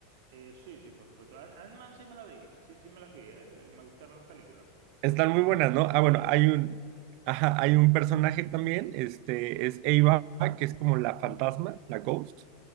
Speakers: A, on the right; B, on the right.
A: sí, sí, por supuesto. Ant- Ant-Man sí me la vi, sí, sí me la vi, ¿eh? Me gustaron las películas.
B: Están
A: Tu-
B: muy buenas,
A: tuvier-
B: ¿no? Ah,
A: Tuvieron
B: bueno, hay
A: bien decente.
B: un, ajá, hay un personaje también, este, es Ava, que es como la fantasma, la Ghost.